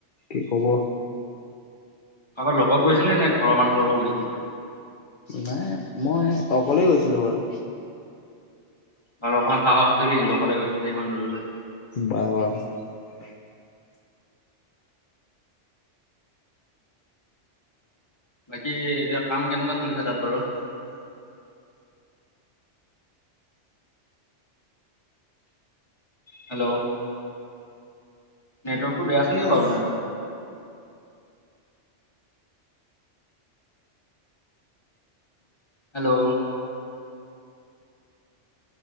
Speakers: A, on the left; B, on the left.
A: কি কব।
B: কাৰোবাৰ লগত গৈছিলে নে ঘৰৰ মানুহৰ লগত গৈছিল।
A: নাই মই অকলেই গৈছিলো বাৰু,
B: বাৰু আপোনাৰ সাহস আছিল দেই কিন্তু অকলে গৈছিলে ইমান দূৰলৈ।
A: বাৰ <inaudible>
B: বাকি এতিয়া। কাম কেনেকুৱা চলিছে তাত বাৰু, হেল্ল' নেটৱৰ্ক বেয়াছে
A: কাম
B: নেকি বাও আপোনাৰ হেল্ল'